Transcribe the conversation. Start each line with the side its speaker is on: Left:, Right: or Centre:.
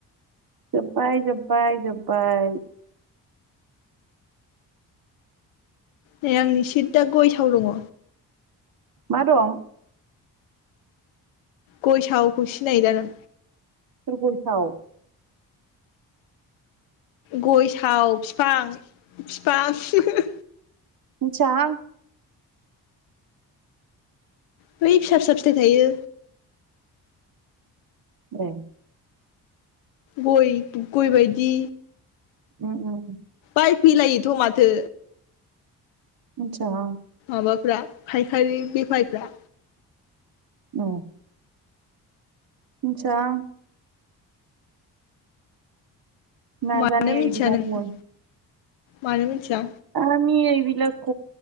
Right: जोब्बायबाय जोब्बायबाय जोब्बायबाय।
Left: नै आंनि सिददा गय साव दङ
Right: मा दं?
Left: गय सावखौ सिनायो दा नों?
Right: सोर गय साव
Left: गय साव फिफां फिफा
Right: मिथियाहां
Left: बै फिसा फिसा फिथाइ थायो।
Right: ए
Left: गय गय बायदि
Right: उम उम
Left: बायफैलायोथ माथो
Right: मोनथियाहां
Left: माबाफ्रा फायखारि बेफारिफ्रा
Right: अ मिथियाहां नाजाने
Left: मानो मोथिया
Right: इबिलाग
Left: नोङो
Right: मय
Left: मानो मोनथिया
Right: आमि एबिलाक